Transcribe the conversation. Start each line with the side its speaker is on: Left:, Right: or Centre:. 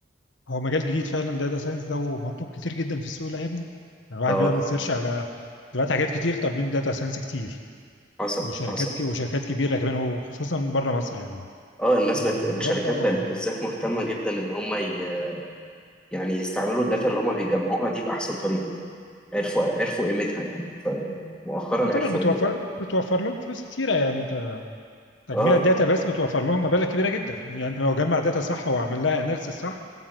Left: هو مجال جديد فعلا داتا ساينس ده ومطلوب كتير جدا في السوق الايام دي يعني الواحد
Centre: اه
Left: بيعمل سيرش على دلوقتي حاجات كتير طالبين داتا ساينس كتير
Centre: حصل
Left: وشركات
Centre: حصل
Left: ك- وشركات كبيره كمان وخصوصا بره مصر يعني
Centre: اه الناس
Left: آه،
Centre: بقت الشركات
Left: اوروبا اه
Centre: بقت بالذات مهتمة جدا إن هم ي... يعني يستعملوا الداتا اللي هم بيجمعوها دي بأحسن طريقة عرفوا عرفوا قيمتها يعني ف... مؤخرا
Left: آه، طبعا
Centre: عرفوا
Left: بتوفر
Centre: قيمتها
Left: بتوفر لهم فلوس كتيره يعني انت تجميع
Centre: اه
Left: الداتا بس بتوفر لهم مبالغ كبيره جدا يعني لو جمع داتا صح وعمل لها اناليسيس صح